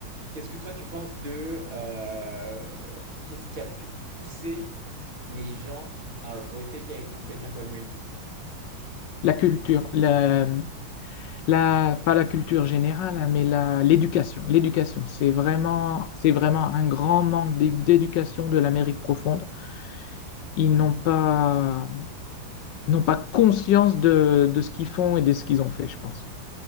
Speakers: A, on the right; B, on the left.
A: qu'est-ce que toi tu penses de euh, qu'est-ce qui a pu pousser les gens à voter quel- pour quelqu'un comme lui?
B: La culture, la, la- pas la culture générale, hein, mais la, l'éducation. L'éducation, c'est vraiment, c'est vraiment un grand manque d'é- d'éducation de l'Amérique profonde. Ils n'ont pas, n'ont pas conscience de, de ce qu'ils font et de ce qu'ils ont fait, je pense.